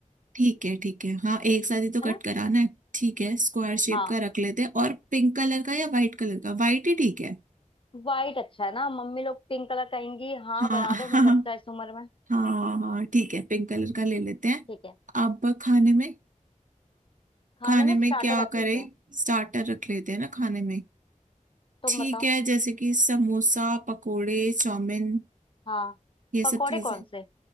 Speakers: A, on the right; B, on the left.
A: ठीक है ठीक है हाँ एक साथ ही तो कट
B: है ना
A: कराना है ठीक है स्क्वायर शेप
B: हाँ
A: का रख लेते हैं और पिंक कलर का या वाइट कलर का वाइट ही ठीक है
B: वाइट अच्छा है ना मम्मी लोग पिंक कलर कहेंगी हाँ
A: हाँ
B: बना
A: <laughs>
B: दो हमें बच्चा है इस उम्र में
A: हाँ हाँ ठीक है पिंक कलर का ले लेते हैं
B: ठीक है
A: अब खाने में
B: खाने
A: खाने
B: में
A: में
B: स्टार्टर
A: क्या
B: रख
A: करें
B: लेते हैं
A: स्टार्टर रख लेते हैं ना खाने में
B: तुम
A: ठीक
B: बताओ
A: है जैसे कि समोसा पकोड़े चाउमीन
B: हाँ
A: ये
B: पकौड़े
A: सब चीजें
B: कौन से